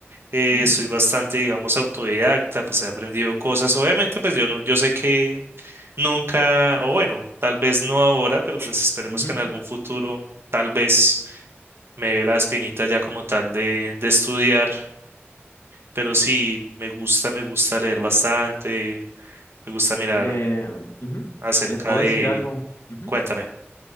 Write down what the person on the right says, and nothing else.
Eh,
soy bastante, digamos, autodidacta, pues he aprendido cosas. Obviamente, pues yo no, yo sé que nunca, o bueno, tal vez no ahora, pero pues esperemos
que en algún futuro, tal vez me dé la espinita ya como tal de, de estudiar. Pero sí, me gusta, me gusta leer bastante, me gusta mirar
acerca
de,
cuéntame.